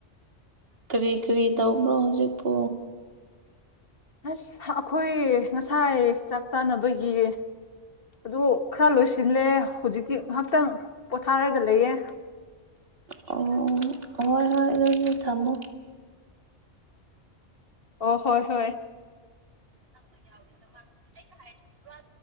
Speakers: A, on the right; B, on the left.
A: ꯀꯔꯤ ꯀꯔꯤ ꯇꯧꯕ꯭ꯔꯣ ꯍꯧꯖꯤꯛꯄꯨ
B: ꯑꯁ ꯑꯩꯈꯣꯏ ꯉꯁꯥꯏ ꯆꯥꯛ ꯆꯥꯅꯕꯒꯤ ꯑꯗꯨ ꯈꯔ ꯂꯣꯏꯁꯤꯜꯂꯦ ꯍꯧꯖꯤꯛꯇꯤ ꯉꯍꯥꯛꯇꯪ ꯄꯣꯊꯥꯔꯒ ꯂꯩꯌꯦ
A: ꯑꯣ ꯍꯣꯏ ꯍꯣꯏ ꯑꯗꯨꯗꯤ ꯊꯝꯃꯣ
B: ꯑꯣ ꯍꯣꯏ ꯍꯣꯏ
A: <unintelligible> ꯑꯩꯅ ꯍꯥꯏꯗꯤ ꯍꯨꯔꯥꯟ